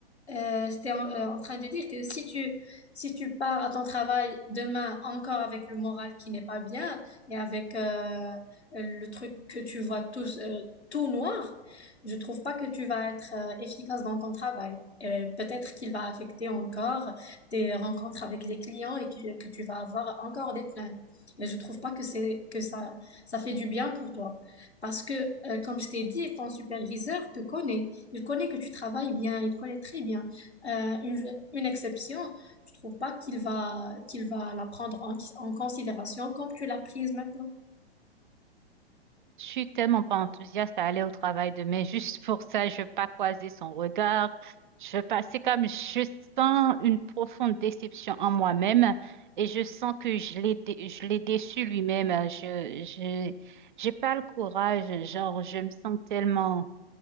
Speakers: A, on the left; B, on the right.
A: Euh, j'étais en, euh, en train de dire que si tu, si tu pars à ton travail demain encore avec le moral qui n'est pas bien et avec euh, euh, le truc que tu vois tous, euh, tout noir, je trouve pas que tu vas être euh, efficace dans ton travail. Et peut-être qu'il va affecter encore tes rencontres avec les clients et que, que tu vas avoir encore des plaintes. Et je trouve pas que c'est que ça ça fait du bien pour toi parce que euh, comme je t'ai dit, ton superviseur te connaît. Il connaît que tu travailles bien, il connaît très bien. Euh, une, une exception, je trouve pas qu'il va qu'il va la prendre en, en considération comme tu l'as prise maintenant.
B: Je suis tellement pas enthousiaste à aller au travail demain. Juste pour ça, je veux pas croiser son regard. Je veux pas. C'est comme je sens une profonde déception en moi-même et je sens que je l'ai dé- je l'ai déçu lui-même. Je je j'ai pas le courage. Genre, je me sens tellement